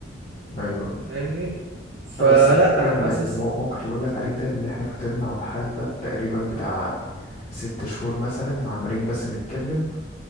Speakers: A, on the left; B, on the right.
A: ايوه
B: فاهمني فلا
A: اه بس الفكره
B: انا
A: ان
B: حاسس
A: المو- الموقف اللي بقول لك عليه ده اللي احنا فضلنا على الحال ده تقريبا بتاع ست شهور مثلا عمالين بس نتكلم